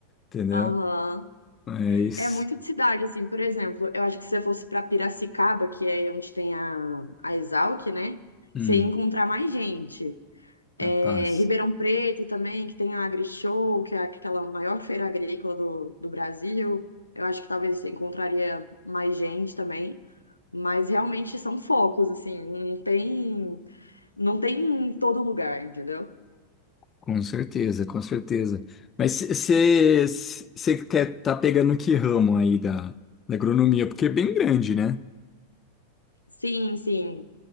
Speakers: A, on the left; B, on the left.
A: entendeu?
B: Aham.
A: Mas,
B: É muito de cidade, assim, por exemplo, eu acho que se você fosse para Piracicaba, que é onde tem a, a Exalc, né?
A: hum,
B: Você ia encontrar mais gente. É,
A: capaz.
B: Ribeirão Preto também, que tem a AgriShow, que é aquela maior feira agrícola do, do Brasil. Eu acho que talvez você encontraria mais gente também, mas realmente são focos, assim, não tem, não tem em todo lugar, entendeu?
A: Com certeza, com certeza. Mas você quer estar pegando que ramo aí da, da agronomia? Porque é bem grande, né?
B: Sim, sim.